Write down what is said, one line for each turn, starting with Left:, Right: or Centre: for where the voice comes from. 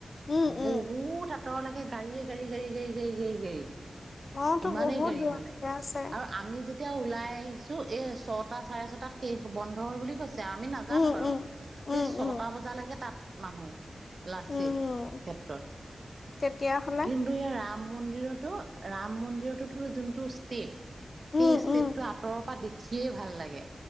Left: উম
Right: বহুত
Left: উম
Right: আঁতৰ লাগে কাৰ়ে কৰি কৰি কৰি কৰি গৈ গাই <unintelligible>
Left: মইতো
Right: ইমানেই
Left: বহুত
Right: গাড়ী
Left: দূৰ
Right: মানে
Left: আছে
Right: আৰু আমি যেতি এতিয়া ওলাই আহিছো এ ছটা চাৰে ছটাত শেষ বন্ধ হয় বুলি কৈছে আমি নাজানো
Left: উম
Right: বাৰু
Left: উম
Right: সেই
Left: উম
Right: ছটা
Left: উম
Right: বজালৈকে তাত মানুহ লাচিত
Left: উম,
Right: ক্ষেত্ৰত
Left: তেতিয়াহ'লে
Right: কিন্তু ইয়াৰ ৰাম মন্দিৰতো ৰাম মন্দিৰত যোনটো ষ্টেপ
Left: উম,
Right: সেই ষ্টেপটো
Left: উম,
Right: আঁতৰৰ পৰা দেি খিয়েই ভাল লাগে